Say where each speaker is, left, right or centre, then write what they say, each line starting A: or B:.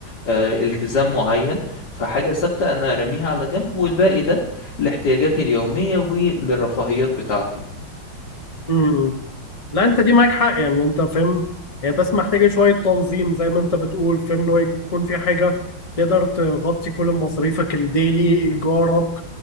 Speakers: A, on the left; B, on the left.
A: آه، التزام معين فحاجة ثابتة انا راميها على جنب والباقي ده لاحتياجاتي اليومية وللرفاهيات بتاعتي
B: مم. لا انت دي معاك حق يعني انت فاهم هي بس محتاجة شوية تنظيم زي ما انت بتقول فاهم اللي هو يكون في حاجة تقدر تغطي كل مصاريفك الديلي ايجارك